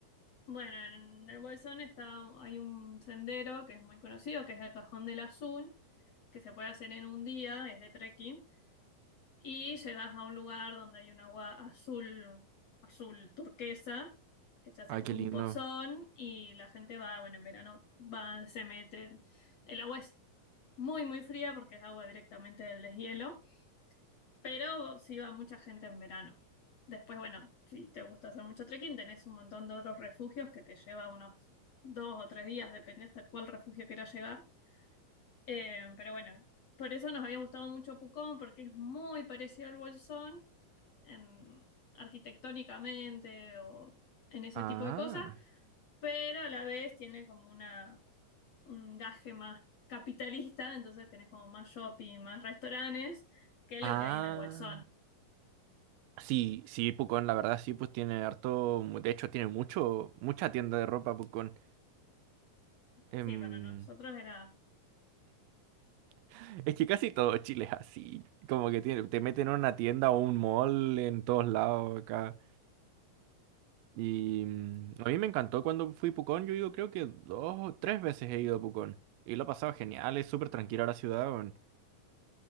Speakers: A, on the left (about 60°); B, on the right (about 85°).
A: Bueno, en el Bolsón está, hay un sendero que es muy conocido, que es el Cajón del Azul, que se puede hacer en un día, es de trekking. Y llegas a un lugar donde hay un agua azul, azul turquesa, que se hace
B: Ay,
A: como
B: qué lindo.
A: un pozón y la gente va, bueno, en verano va, se meten. El agua es muy, muy fría porque es agua directamente del deshielo, pero sí va mucha gente en verano. Después, bueno, si te gusta hacer mucho trekking, tenés un montón de otros refugios que te lleva unos dos o tres días, depende hasta cuál refugio quieras llegar. Eh, pero bueno, por eso nos había gustado mucho Pucón porque es muy parecido al Bolsón en- arquitectónicamente o en ese
B: Ah.
A: tipo de cosas, pero a la vez tiene como una, un gaje más capitalista, entonces tenés como más shopping, más restaurantes que
B: Ah.
A: lo que hay en el Bolsón.
B: Sí, sí, Pucón, la verdad sí, pues tiene harto, de hecho tiene mucho, mucha tienda de ropa Pucón. Em,
A: Sí, para nosotros era...
B: <laughs> es que casi todo Chile es así, como que tiene, te meten en una tienda o un mall en todos lados acá. Y mm, a mí me encantó cuando fui a Pucón, yo digo, creo que dos o tres veces he ido a Pucón. Y lo he pasado genial, es súper tranquila la ciudad. weón.